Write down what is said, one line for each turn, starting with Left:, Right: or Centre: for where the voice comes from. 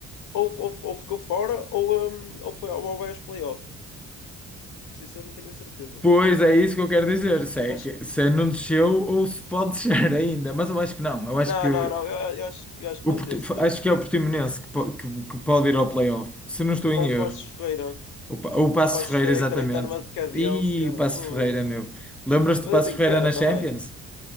Left: ou, ou, ou ficou fora, ou, hum, ou foi ou vai aos playoffs. Isso eu não tenho a certeza.
Centre: Pois é isso que eu quero dizer. Se,
Left: Mas
Centre: é
Left: acho
Centre: que-
Left: que.
Centre: se é não desceu ou se pode descer <laughs> ainda. Mas eu acho que não. Eu acho
Left: Não,
Centre: que,
Left: não, não, eu, eu acho, eu acho
Centre: o,
Left: que manteve-se
Centre: Porti-
Left: mesmo.
Centre: acho que é o Portimonense que, po- que, que pode ir ao playoff. Se não estou em
Left: Ou o
Centre: erro.
Left: Passos Ferreira. O
Centre: O, Pa- o Paço
Left: Passos
Centre: de Ferreira,
Left: Ferreira
Centre: exatamente.
Left: é que também está numa decadência.
Centre: E o Paço
Left: Fu.
Centre: de Ferreira, meu. Lembras-te
Left: Mas
Centre: do Paço
Left: eu tenho
Centre: de Ferreira
Left: pena
Centre: na
Left: também.
Centre: Champions?